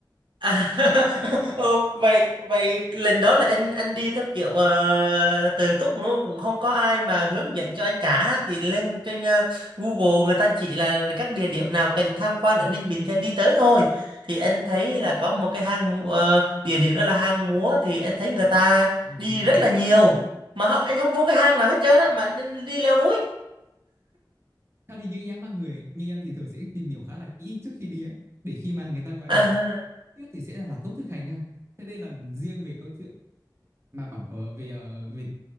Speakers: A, on the right; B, on the right.
A: À, <laughs> ô, vậy vậy lần đó là anh anh đi theo kiểu uh, tự túc luôn cũng không có ai mà hướng dẫn cho anh cả thì lên trên ờ, Google người ta chỉ là các địa điểm nào cần tham quan ở Ninh Bình thì anh đi tới thôi thì anh thấy là có một cái hang mu- ờ, địa điểm đó là hang múa thì anh thấy người ta
B: đúng rồi
A: đi
B: đúng rồi
A: rất là nhiều mà hông- anh không vô cái hang nào hết trơn á mà anh đi leo núi
B: theo thì như em á người như em thì thường sẽ tìm hiểu khá là kỹ trước khi đi á để khi mà người ta gọi
A: à,
B: là biết thì sẽ là, là tốt thôi Khánh ha thế nên là riêng về câu chuyện mà bảo ờ, về ờ, về